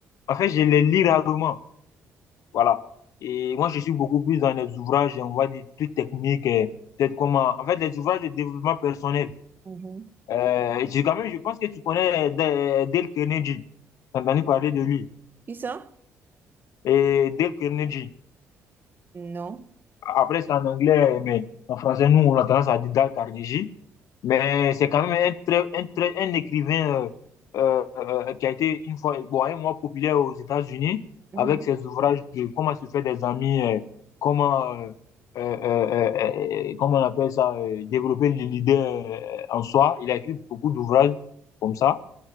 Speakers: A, on the left (about 70°); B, on the right (about 35°).
A: en fait, je les lis rarement. Voilà. Et moi, je suis beaucoup plus dans les ouvrages, on va dire, plus techniques, euh, peut-être comment. En fait, les ouvrages de développement personnel.
B: Mhm.
A: Euh, et j'ai quand même, je pense que tu connais euh, Dale Carnegie. T'as entendu parler de lui.
B: Qui ça?
A: Et Dale Carnegie.
B: Non.
A: Après, c'est en anglais, mais en français, nous, on a tendance à dire Dale Carnegie. Mais c'est quand même un, très, un, très- un écrivain euh, euh, euh, qui a été une fois, bon, un mois populaire aux États-Unis
B: Mhm.
A: avec ses ouvrages de Comment se faire des amis, euh, comment, euh, euh, euh, euh, euh, comment on appelle ça, euh, développer l'idée en soi. Il a écrit beaucoup d'ouvrages comme ça.